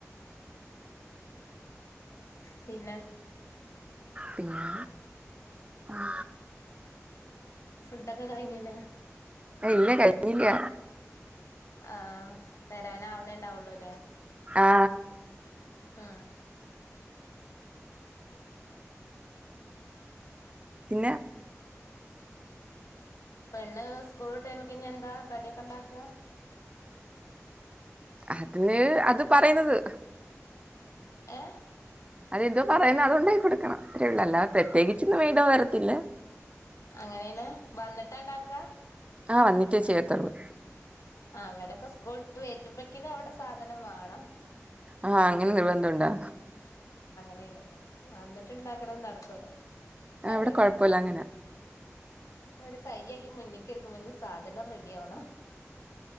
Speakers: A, on the left; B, on the right.
A: പിന്നെ
B: പിന്നെ ആ ക്രാ ക്രാ
A: ഫുഡൊക്കെ കയ്ഞ്ഞില്ലേ
B: ഇല്ല കഴിഞ്ഞില്ല
A: ആ വരാന് ആവ്ണേ ഉണ്ടാവുള്ളൂ ല്ലേ
B: ആ
A: ആ
B: പിന്നെ
A: പെണ്ണ് സ്കൂൾ വിട്ട് രുമ്പോക്നെന്താ കടിയൊക്കെ ഉണ്ടാക്കാ
B: അതിന് അത് പറയുന്നത്
A: ഏ
B: അതെന്തോ പറയുന്ന് അതുണ്ടാക്കി കൊടുക്കണം അത്രേഉള്ളു പ്രത്യേകിച്ചൊന്നും വേണ്ടിവരത്തില്ല
A: അങ്ങനെയാണ് വന്നിട്ടാ ഇണ്ടാക്കാ
B: ആ വന്നിട്ടേ ചെയ്യാത്തോള്ളൂ
A: അവരൊക്കെ സ്കൂൾ വിട്ട് വരുമ്പഴേക്കിന് അവിടെ സാധനം വേണം
B: ആ അങ്ങനെ നിർബന്ധണ്ടോ
A: എണ് വന്നിട്ടുണ്ടാക്കലോന്നും നടക്കൂലാ അതെ
B: ഇവിടെ കുഴപ്പമില്ല
A: ആ
B: അങ്ങനെ
A: ഒര് കൈകഴുകി മുന്നേക്കിരിക്കുമ്പോ സാധനം റെഡി ആവണം